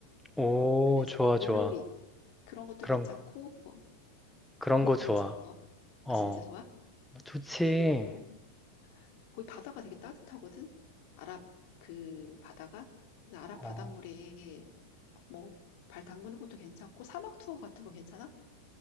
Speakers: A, in the centre; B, on the left (about 45°).
A: 오,
B: 그래서
A: 좋아,
B: 물놀이
A: 좋아.
B: 그런 것도
A: 그런,
B: 괜찮고 뭐
A: 그런
B: 그런
A: 거
B: 거
A: 좋아.
B: 괜찮아 너?
A: 어,
B: 아 진짜 좋아?
A: 좋지.
B: 그리고 거기 바다가 되게 따뜻하거든. 아랍 그 바다가 그래서 아랍 바닷물에
A: 어,
B: 뭐 발 담그는 것도 괜찮고 사막 투어 같은 거 괜찮아?